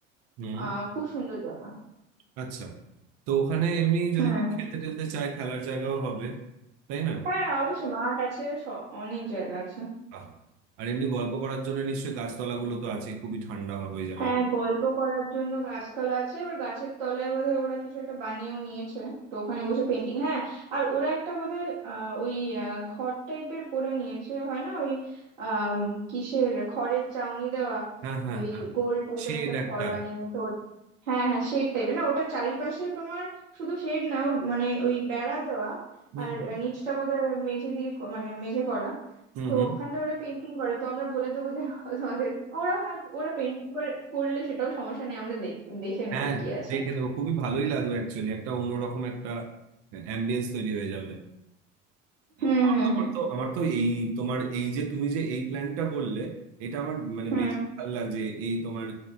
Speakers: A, on the right; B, on the right.
A: হুম
B: আহ খুব সুন্দর জায়গা
A: আচ্ছা তো ওখানে এমনি যদি
B: হুম
A: কেউ খেলতে টেলতে চায় খেলার জায়গাও হবে তাই না
B: হ্যাঁ অবশ্যই মাঠ আছে স- অনেক জায়গা আছে
A: বাহ। আর এমনি গল্প করার জন্য নিশ্চয়ই গাছতলাগুলো তো আছে খুবই ঠান্ডা হবে ওই জায়গাগুলো
B: হ্যাঁ গল্প করার জন্য গাছতলা আছে এবার গাছের তলায় বোধহয় ওরা কিছু একটা বানিয়েও নিয়েছে তো ওখানে বসে পেন্টিং হ্যাঁ আর ওরা একটা বোধহয় আহ, ওই আহ, ঘর টাইপের করে নিয়েছে হয় না ওই আম, কিসের খড়ের চাউনি দেওয়া
A: হ্যাঁ হ্যাঁ
B: ওই
A: হ্যাঁ
B: গোল টাইপের
A: শেড
B: একটা ঘর
A: একটা
B: বানিয়ে নিয়েছে ওর- হ্যাঁ হ্যাঁ শেড টাইপের না ওটা চারিপাশে তোমার শুধু শেড না ও মানে ওই বেড়া দেওয়া
A: হুম
B: আর নিচটা বোধহয় মেঝে দিয়ে ক- মানে মেঝে করা
A: হুম
B: তো
A: হুম
B: ওখানটা ওরা পেন্টিং করে তো আমরা বলে দেবো যে <laughs> তোমাদের ওরা হ্যাঁ ওরা পেন্টিং করে করলে সেটাও সমস্যা নেই আমরা দেখ- দেখে নেবো
A: হ্যাঁ
B: কি আছে
A: দেখে নেবো খুবই ভালোই লাগবে অ্যাকচুয়ালি একটা অন্যরকম একটা অ্যাম্বিয়েন্স তৈরি হয়ে যাবে
B: হুম
A: আমার
B: হুম হুম
A: আমার তো আমার তো এই তোমার এই যে তুমি যে এই প্ল্যানটা বললে এটা আমার মানে
B: হুম
A: বেশি ভালো লাগছে এই তোমার